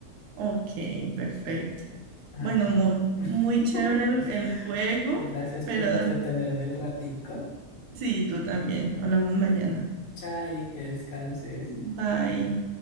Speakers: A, on the right; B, on the left.
A: Ok, perfecto.
B: Ah,
A: Bueno,
B: no.
A: amor,
B: <laughs>
A: muy chévere el, el juego,
B: Pues gracias
A: pero
B: por entretenerme el ratico.
A: sí, tú también. Hablamos mañana.
B: Chai, que descanses.
A: Bye.